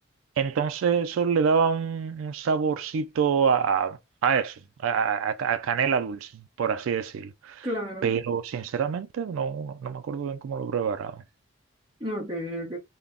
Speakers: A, on the right; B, on the right.
A: Entonces eso le daba un, un saborcito a, a- a eso, a, a- a canela dulce, por así decirlo.
B: claro.
A: Pero sinceramente no, no, no me acuerdo bien cómo lo preparaban.
B: Ok, ok.